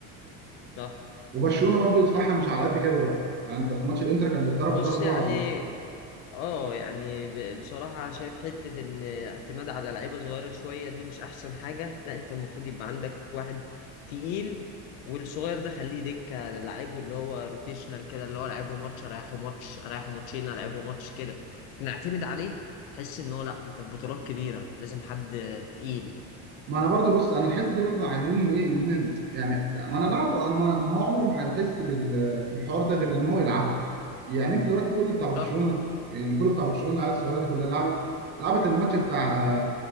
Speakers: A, on the left; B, on the right.
A: صح
B: وبرشلونه برضو دفاعها
A: ب-
B: مش على قد كده دلوقتي يعني انت في ماتش الانتر كان بيتضرب
A: بص
B: ضربه
A: يعني اه يعني ب- بصراحة شايف حتة ان اعتماد على لعيبة صغيرة شوية دي مش احسن حاجة لا انت المفروض يبقى عندك واحد تقيل والصغير ده خليه دكة لعيبه اللي هو روتيشنال كده اللي هو لعيبه ماتش اريحه ماتش اريحه ماتشين العبه ماتش كده نعتمد عليه تحس ان هو لا انت في بطولات كبيرة لازم حد تقيل
B: ما انا برضو بص انا الحته دي برضو عايزين ايه ان احنا يعني ما انا لعبه انا ما ما هو عمره ما هيحس بال- بالحوار ده غير لما هو يلعبه يعني انت دلوقتي كل بتاع
A: صح
B: برشلونه يعني كل بتاع برشلونه العيال الصغيره دي كلها لعبت لعبت الماتش بتاع